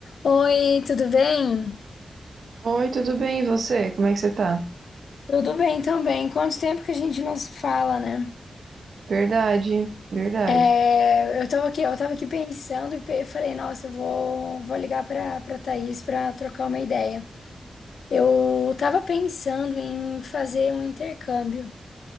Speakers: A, on the left; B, on the right.
A: Oi, tudo bem?
B: Oi, tudo bem? E você? Como é que você tá?
A: Tudo bem também. Quanto tempo que a gente não se fala, né?
B: Verdade, verdade.
A: É, eu tava aqui, eu tava aqui pensando e pe- eu falei, nossa, eu vou, vou ligar pra, pra Thaís pra trocar uma ideia. Eu tava pensando em fazer um intercâmbio.